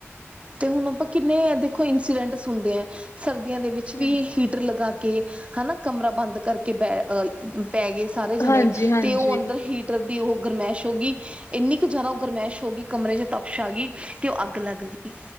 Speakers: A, on the right; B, on the left.
A: ਤੇ ਹੁਨ ਆਪਾਂ ਕਿੰਨੇ ਦੇਖੋ ਇੰਸੀਡੈਂਟਸ ਸੁਨਦੇ ਆ ਸਰਦੀਆਂ ਦੇ ਵਿੱਚ ਵਿੱਚ
B: ਹਾਂਜੀ
A: ਵੀ ਹੀਟਰ ਲਗਾ ਕੇ ਹਨਾ ਕਮਰਾ ਬੰਦ ਕਰਕੇ ਬੈ ਅ ਅ ਪੈ ਗਏ ਸਾਰੇ ਜਨੇ
B: ਹਾਂਜੀ ਹਾਂਜੀ
A: ਤੇ ਓ ਅੰਦਰ ਹੀਟਰ ਦੀ ਓ ਗਰਮੈਸ਼ ਹੋ ਗਈ, ਇੰਨੀ ਕੁ ਜਾਦਾ ਗਰਮੈਸ਼ ਹੋ ਗਈ ਕਮਰੇ ਚ ਤਪਸ਼ ਆਗੀ ਤੇ ਓ ਅੱਗ ਲੱਗ ਗਈ।